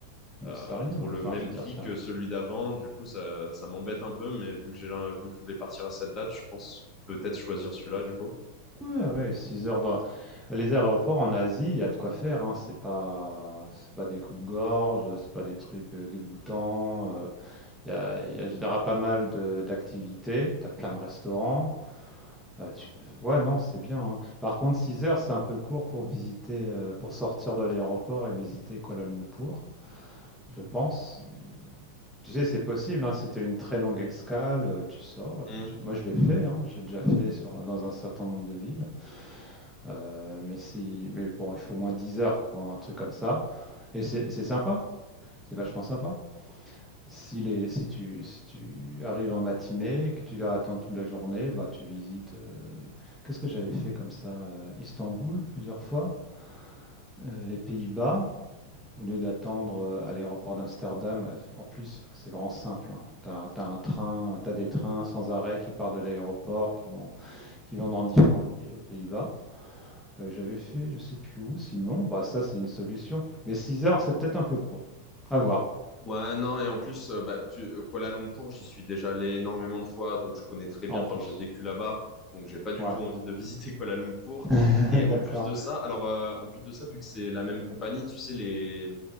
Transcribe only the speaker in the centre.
Bah,
c'est rien.
Enfin,
je veux dire,
c'est
rien.
Ouais, ouais. 6 heures dans les aéroports en Asie, il y a de quoi faire. Hein. C'est pas c'est pas des coupes-gorges, c'est pas des trucs euh, dégoûtants. euh, Il y a, il y a, je dirais, pas mal de- d'activités. Tu as plein de restaurants. Euh, tu- Ouais, non, c'est bien. hein. Par contre, 6 heures, c'est un peu court pour visiter, euh, pour sortir de l'aéroport et visiter Kuala Lumpur, je pense. Tu sais, c'est possible. hein, si tu as une très longue escale, euh, tu sors. Et
puis tu... Moi, je l'ai fait. hein, je l'ai déjà fait sur... dans un certain nombre de villes. Euh, mais, si... mais bon, il faut au moins 10 heures, quoi, un truc comme ça. Et c'est c'est sympa. C'est vachement sympa. Si, les, si, tu, si tu arrives en matinée, et que tu dois attendre toute la journée, bah, tu visites. euh, qu'est-ce que j'avais fait comme ça euh, Istanbul plusieurs fois, euh, les Pays-Bas, au lieu d'attendre euh, à l'aéroport d'Amsterdam. euh, En plus, c'est vraiment simple. Tu as, un train, tu des trains sans arrêt qui partent de l'aéroport, qui vont, qui vont dans différentes villes aux Pays-Bas. Euh, j'avais fait, je sais plus où, sinon, bah, ça, c'est une solution. Mais 6 heures, c'est peut-être un peu court. À voir,
en
plus.
Ouais,
<laughs>
d'accord.